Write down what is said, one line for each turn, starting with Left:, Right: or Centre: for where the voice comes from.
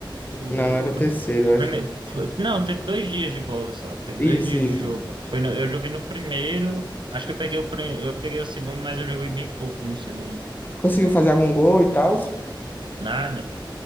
Right: O
Left: Não, era o terceiro, eu
Right: primeiro,
Left: acho.
Right: foi, não, teve dois dias de bola só. Teve
Left: Isso,
Right: dois dias
Left: isso.
Right: de jogo. Foi no- eu joguei no primeiro. Acho que eu peguei o, prim- eu peguei o segundo, mas eu joguei bem pouco no segundo.
Left: Conseguiu fazer algum gol e tal.
Right: Nada.